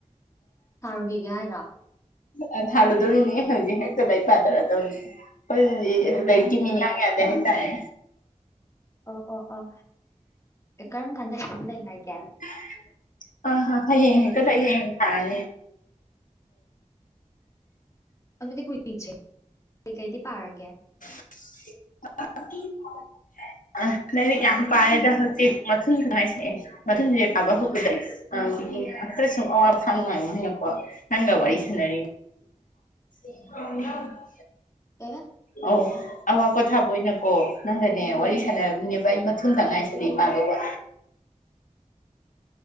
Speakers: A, on the left; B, on the left.
A: ꯊꯥꯔꯨꯈꯤꯒꯦ ꯍꯥꯏꯔꯣ
B: ꯑ ꯊꯔꯨꯗꯧꯔꯤꯅꯤ ꯍꯧꯖꯤ ꯍꯦꯛꯇ ꯂꯥꯏ ꯄꯥꯗꯔꯗꯧꯅꯤ ꯈꯣꯏꯅꯥꯗꯤ
A: ꯎꯝ
B: ꯂꯥꯏꯔꯤꯛꯀꯤ ꯃꯤꯅꯤ ꯂꯥꯡ ꯌꯥꯗꯦ ꯍꯥꯏꯇꯥꯥꯏꯔꯦ
A: ꯑꯣ ꯑꯣ ꯑꯣ ꯑꯦ, ꯀꯔꯝ ꯀꯥꯟꯗ ꯑꯦꯛꯖꯥꯝ ꯂꯩ ꯍꯥꯏꯒꯦ
B: <inaudible> ꯑ ꯍ ꯍꯌꯦꯡ ꯍꯦꯛꯇꯥ ꯂꯩꯔꯤꯛ ꯌꯦꯡ ꯊꯔꯅꯤ
A: ꯑꯗꯨꯗꯤ ꯀꯨꯏꯗꯔ꯭ꯦ ꯀꯩꯀꯩꯗꯤ ꯄꯥꯔꯒꯦ
B: <inaudible> ꯑ ꯂꯥꯏꯔꯤꯛ ꯌꯥꯝ ꯄꯥꯔꯦꯗ ꯍꯧꯖꯤꯛ ꯃꯊꯨꯟ ꯈꯛ ꯉꯥꯏ ꯁꯤꯜꯂꯛꯑꯦ ꯃꯊꯨꯟꯖꯦ ꯄꯥꯕ ꯍꯧꯕꯗ ꯑ ꯑꯈꯣꯏꯒꯤ ꯈꯔ ꯁꯨꯝ ꯑꯋꯥꯕ ꯈꯥꯡ ꯉꯥꯏ <unintelligible> ꯀꯣ ꯅꯪꯒ ꯋꯥꯔꯤ ꯁꯥꯟꯅꯔꯤ
A: <inaudible>
B: <inaudible>
A: ꯀꯩꯕ
B: ꯑꯣ ꯑꯋꯥ ꯄꯣꯊꯥꯕ ꯑꯣꯏꯅꯀꯣ ꯅꯪꯒꯅꯦ ꯋꯥꯔꯤ ꯁꯥꯟꯅꯔꯅꯦꯕ ꯕꯩ ꯃꯊꯨꯟꯇ
A: ꯎꯝ
B: ꯉꯥꯏꯁꯤꯗꯤ ꯄꯥꯗꯧꯕ